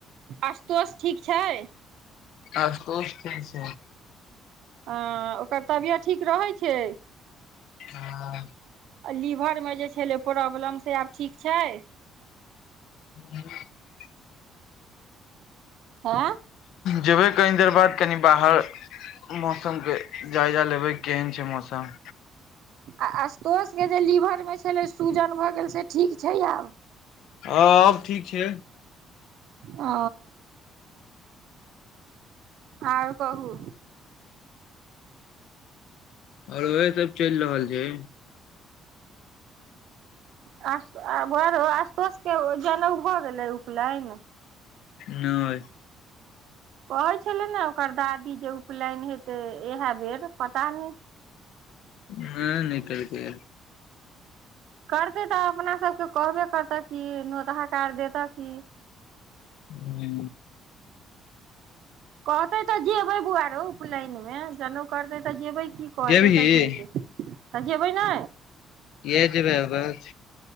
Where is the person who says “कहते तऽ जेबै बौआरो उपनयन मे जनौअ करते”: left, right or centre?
Right